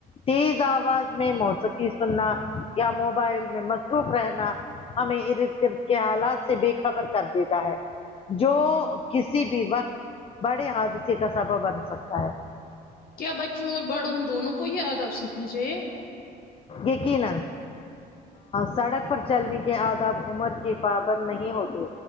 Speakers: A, on the left; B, on the left.
A: تیز آواز میں موسیقی سننا یا موبائل میں مصروف رہنا ہمیں ارد گرد کے حالات سے بے خبر کر دیتا ہے جو کسی بھی وقت بڑے حادثے کا سبب بن سکتا ہے
B: کیا بچیوں اور بڑوں ان دونوں کو یہ آداب سیکھنے چاہیے
A: یقین سڑک پر چلنے کے آداب عمر کے پابند نہیں ہوتے